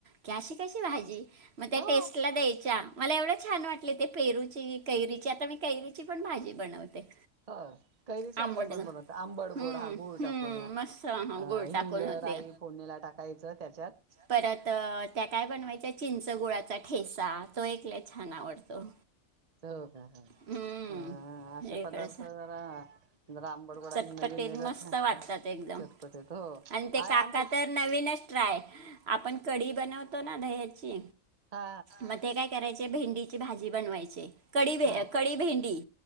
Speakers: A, on the right (about 55°); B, on the right (about 40°).
A: की अशी कशी भाजी मग त्या
B: हो.
A: टेस्टला द्यायच्या मला एवढं छान वाटले ते पेरूची, कैरीची आता मी कैरीची पण भाजी बनवते
B: ह कैरीचे
A: आंबट
B: आम्ही पण बनवतो आंबड
A: हम्म,
B: गोड हा गुळ
A: हम्म,
B: टाकून हा
A: मस्त गूळ टाकून
B: हिंग,
A: होते
B: राई फोडणीला टाकायचं त्याच्यात
A: परत त्या काय बनवायच्या चिंच गुळाचा ठेसा तो एक लय छान आवडतो.
B: चव दार
A: हम्म
B: हा अ असे
A: इकडे
B: पदार्थ जरा जरा आंबट गोड
A: चटपटीत
B: आणि नवीन वेगळ
A: मस्त वाटतात एकदम
B: चटपटेत हो
A: आणि ते
B: आ
A: काका
B: आ
A: तर नवीनच ट्राय आपण कडी बनतो ना दह्याची
B: हा
A: म ते काय करायचे भेंडीची भाजी बनवायचे कडी,
B: हा
A: कडी भेंडी